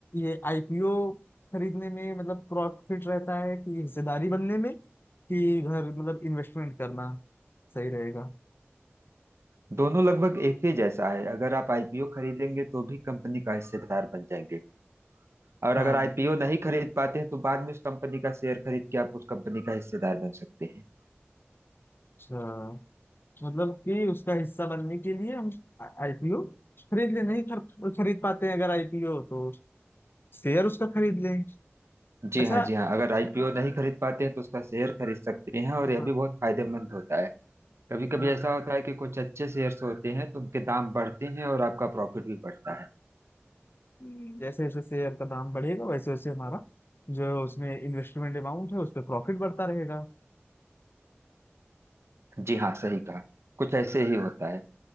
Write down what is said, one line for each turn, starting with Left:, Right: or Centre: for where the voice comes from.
Left: ये आईपीओ खरीदने में मतलब प्रॉफिट रहता है कि हिस्सेदारी बनने में कि घर मतलब इन्वेस्टमेंट करना सही रहेगा
Right: दोनों लगभग एक ही जैसा है अगर आप आईपीओ खरीदेंगे तो भी कंपनी का हिस्सेदार बन जाएंगे और
Left: हाँ
Right: अगर आईपीओ नहीं खरीद पाते हैं तो बाद में उस कंपनी का शेयर खरीद के आप उस कंपनी का हिस्सेदार बन सकते हैं
Left: अच्छा मतलब कि उसका हिस्सा बनने के लिए हम आईपीओ खरीद ले नहीं खर, खरीद पाते हैं अगर आईपीओ तो शेयर उसका खरीद लें
Right: जी
Left: अच्छा
Right: हाँ जी हाँ अगर आईपीओ नहीं खरीद पाते हैं तो उसका शेयर खरीद सकते हैं और
Left: हाँ,
Right: यह भी बहुत फायदेमंद होता है कभी कभी
Left: हाँ,
Right: ऐसा होता है कि कुछ अच्छे शेयर्स होते हैं तो उनके दाम बढ़ते हैं और आपका प्रॉफिट भी बढ़ता है
Left: जैसे जैसे शेयर का दाम बढ़ेगा वैसे वैसे हमारा जो उसमें इन्वेस्टमेंट अमाउंट है उस पर प्रॉफिट बढ़ता रहेगा
Right: जी हाँ सही कहा कुछ ऐसे ही होता है